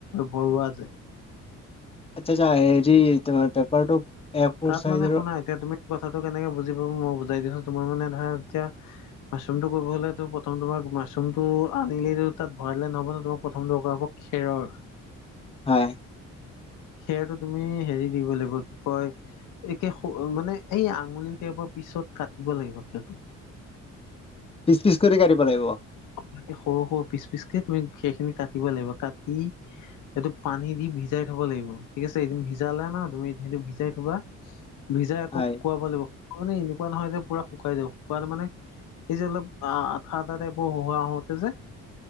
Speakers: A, on the left; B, on the left.
A: বৰুৱা যেয়।
B: আচ্ছা আচ্ছা হেৰি তাৰ পেপাৰটো এ ফৰ
A: তাত
B: চাইজৰ
A: মানে শুনা এতিয়া তুমি কথাটো কেনেকে বুজি পাব মই বুজাই দি আছো, তোমাৰ মানে ধৰা এতিয়া মাছৰুমটো কৰিব হ'লেতো প্ৰথম তোমাক মাছৰুমটো আনিলেইটো তাত ভৰাই দলে নহ'ব তোমাক প্ৰথম দৰকাৰ হ'ব খেৰৰ।
B: হয়।
A: খেৰটো তুমি হেৰি দিবই লাগিব কি কয়! একে মানে এই আঙুলি টাইপৰ পিছত কাটিব লাগিব খেৰটো।
B: পিচ পিচ কৰি কাটিব লাগিব?
A: সৰু সৰু পিচ পিচকে তুমি সেইখিনি কাটিব লাগিব, কাটি এইটো পানী দি ভিজাই থব লাগিব, ঠিক আছে এদিন ভিজালা ন' তুমি সেইটো ভিজাই থবা। ভিজাই আকৌ
B: হয়
A: শুকুৱাব লাগিব। মানে এনেকুৱা নহয় যে পুৰা শুকাই যাও শুকাত মানে এই যে অলপ আঠা আঠা টাইপ। বওঁ আহোতে যে